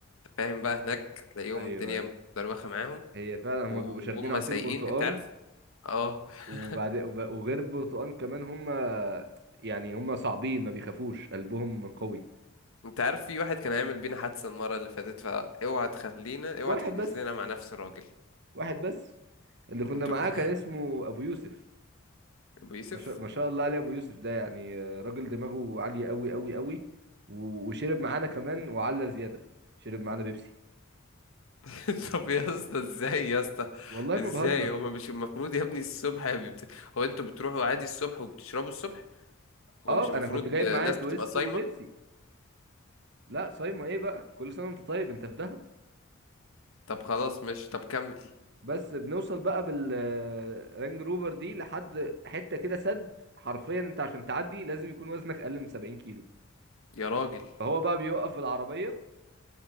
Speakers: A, on the left; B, on the right.
A: فاهم بقى هناك هتلاقيهم
B: ايوه
A: الدنيا
B: ايوه
A: مدروخة معاهم
B: هي فعلا
A: وهم
B: هما بيبقوا شاربين عصير
A: سايقين
B: برتقان
A: انت عارف اه
B: وبعد
A: <laughs>
B: وب- وغير البرتقان كمان هما يعني هما صعبين ما بيخافوش قلبهم قوي
A: انت عارف في واحد كان هيعمل بينا حادثة المرة اللي فاتت فاوعى تخلينا اوعى
B: واحد
A: تحجز
B: بس
A: لنا مع نفس الراجل
B: واحد بس اللي كنا
A: انتوا
B: معاه
A: كان
B: كان اسمه ابو يوسف
A: <laughs> ابو يوسف
B: ما شاء, ما شاء الله عليه ابو يوسف ده يعني آه، راجل دماغه عالية قوي قوي قوي و- وشرب معانا كمان وعلى زيادة شرب معانا بيبسي
A: <laughs> طب يا اسطى ازاي يا اسطى
B: والله
A: ازاي
B: ما بهزر
A: هو مش المفروض يا ابني الصبح يا بت... هو انتوا بتروحوا عادي الصبح وبتشربوا الصبح هو
B: اه
A: مش المفروض
B: انا كنت جايب
A: الناس
B: معايا تويست
A: بتبقى صايمة
B: وبيبسي لا صايمه ايه بقى كل سنه وانت طيب انت في دهب
A: طب خلاص ماشي طب كمل
B: بس بنوصل بقى بالرانج روفر دي لحد حته كده سد حرفيا انت عشان تعدي لازم يكون وزنك اقل من 70 كيلو
A: يا راجل
B: فهو بقى بيوقف العربيه